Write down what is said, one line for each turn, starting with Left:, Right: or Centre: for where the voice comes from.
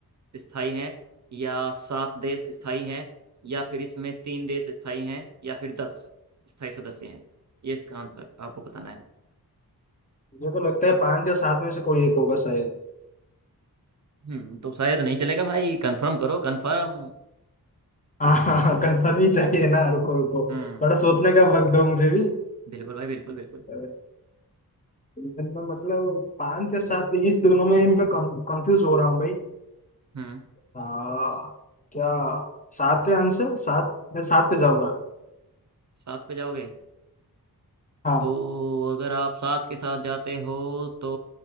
Right: स्थायी हैं या सात देश स्थायी हैं या फिर इसमें तीन देश स्थायी हैं या फिर दस स्थायी सदस्य हैं ये इसका आंसर आपको बताना है
Left: मुझे को लगता है पांच या सात में से कोई एक होगा शायद
Right: हम्म तो शायद नहीं चलेगा भाई कंफर्म करो कंफर्म
Left: हाँ हाँ कंफर्म ही चाहिए ना रुको रुको
Right: हम्म
Left: बड़ा सोचने का वक्त दो मुझे भी
Right: बिल्कुल भाई बिल्कुल बिल्कुल
Left: अ, मैं मतलब पांच या सात तो इस दोनों में ही मैं कंफ्यूज हो रहा हूँ भाई
Right: हम्म
Left: आ, क्या सात है आंसर सात मैं सात पे जाऊंगा
Right: सात पे जाओगे
Left: हाँ
Right: तो अगर आप सात के साथ जाते हो तो